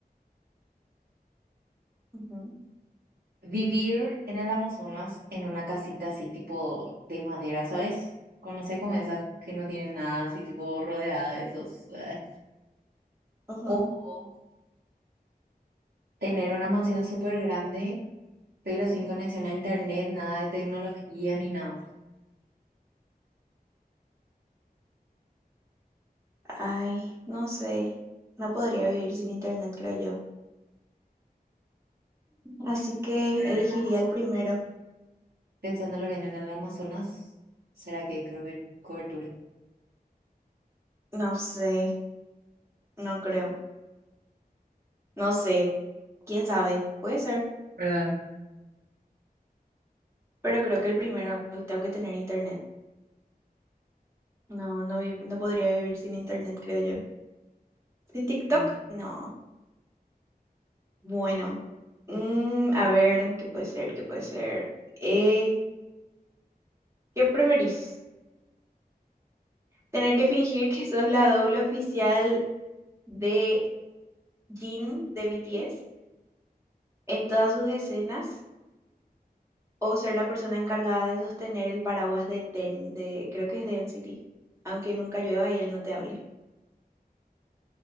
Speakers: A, on the right; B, on the right.
A: ujú,
B: vivir en el Amazonas en una casita así tipo de madera, ¿sabes? Conoces como esas que no tienen nada así tipo rodeada de esos. eh,
A: ujú.
B: O tener una mansión súper grande, pero sin conexión a internet, nada de tecnología ni nada.
A: Ay, no sé. No podría vivir sin internet, creo yo. Así que
B: Pero
A: elegiría
B: en el Amazonas,
A: el primero.
B: pensando, pensándolo bien, en el Amazonas, ¿será que hay cober- cobertura?
A: No sé, no creo. No sé, quién sabe. Puede ser.
B: ¿Verdad?
A: Pero creo que el primero, tengo que tener internet. No, no, vi- no podría vivir sin internet, creo yo. ¿Sin TikTok?
B: Mm.
A: No. Bueno. Mm, a ver, ¿qué puede ser? ¿Qué puede ser? Eh, ¿qué preferís? ¿Tener que fingir que sos la doble oficial de Jin de BTS en todas sus escenas? ¿O ser la persona encargada de sostener el paraguas de Ten, de, creo que es de NCT? Aunque nunca llueva y él no te hable.